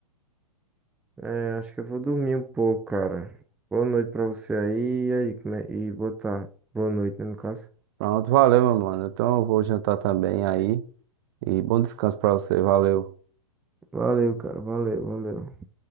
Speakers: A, in the centre; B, on the right.
A: É, acho que eu vou dormir um pouco, cara. Boa noite pra você aí. E aí, como é- e boa tarde. Boa noite, né, no caso.
B: Pronto, valeu, meu mano. Então eu vou jantar também aí. E bom descanso pra você, valeu.
A: Valeu, cara. Valeu, valeu.